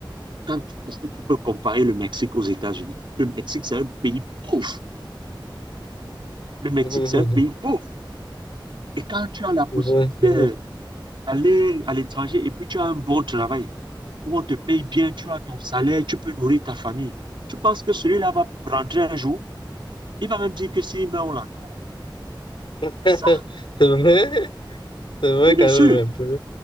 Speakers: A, on the right (about 70°); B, on the left (about 75°).
A: Quand, Est-ce que tu peux comparer le Mexique aux États-Unis Le Mexique, c'est un pays pauvre. le Mexique,
B: Mhm.
A: c'est un pays
B: <laughs>
A: pauvre. Et quand tu as la possibilité
B: C'est vrai, c'est vrai.
A: d'aller à l'étranger et puis tu as un bon travail, où on te paye bien, tu as ton salaire, tu peux nourrir ta famille, tu penses que celui-là va rentrer un jour, il va même dire que si, mais on l'entend.
B: <laughs>
A: C'est ça.
B: C'est vrai. C'est vrai
A: Mais bien
B: quand
A: sûr,
B: même un peu.